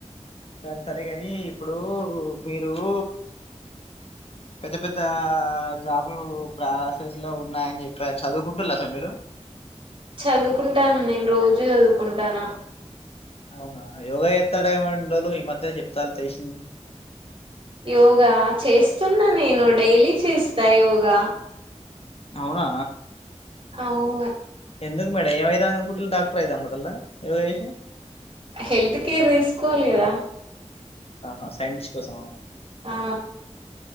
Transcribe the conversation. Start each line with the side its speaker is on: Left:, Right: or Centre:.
Left: సరే సరే కాని ఇప్పుడు మీరుఉ పెద్ద పెద్దా జాబులు ప్రాసెస్ లో ఉన్నాయని చెప్పారు చదువుకుంటులా అసలు మీరు
Right: చదువుకుంటున్న నేను రోజు చదువుకుంటానా
Left: అవునా యోగా చేస్తా ఇన్ని రోజులు ఈ మధ్య చెప్తాలు తెలిసిది
Right: యోగా చేస్తున్నా నేను డైలీ చేస్తా యోగా
Left: అవునా
Right: అవును
Left: ఎందుకు మేడం ఎమ్యదం అనుకుంటూరు డాక్టర్ అయిదం అనుకుంటూరా ఏదో చేసి
Right: హెల్త్ కేర్ తీసుకోవాలి కదా
Left: ఆహా సైంటిస్ట్ కోసం మా
Right: ఆ